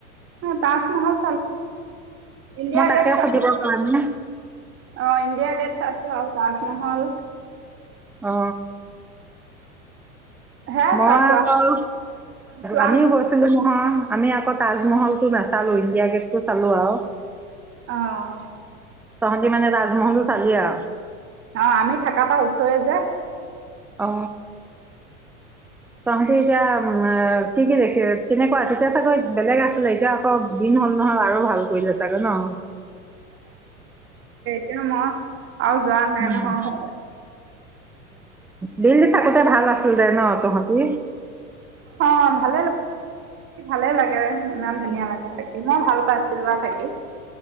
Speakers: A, on the right; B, in the centre.
A: তাজমহল চালো ইণ্ডিয়া
B: মই তাকে
A: গেট চালো
B: সুধিব কাৰণে
A: আহ ইণ্ডিয়া গেট চাইছো আৰু তাজমহল।
B: অ
A: হে
B: মই
A: চাইছো
B: অকল
A: আৰু চোৱা
B: আমিও গৈছিলো ম। অ আমি আকৌ তাজমহলটো নাচালো ইণ্ডিয়া গেটটো চালো আৰু।
A: অহ
B: তহতি মানে তাজমহল চালি আ।
A: অ আমি থকাপা ওচৰে যে।
B: অ তহতি এতিয়া কি কি দেখিলি কেনেকুৱা এতিয়া চাগৈ বেলেগ আছিলে এতিয়া আকৌ দিন হল নহয় আৰু ভাল কৰিলে চাগৈ ন।
A: কিনোম। আৰু যোৱা নাই
B: উম।
A: ন হয়।
B: দিল্লীত থাকোতে ভাল আছিলে ন তহতি।
A: অ ভালে লাগে ভালে লাগে ইমান ধুনীয়া লাগে তাকে। ইমান ভাল। পাইছিলো আৰু থাকি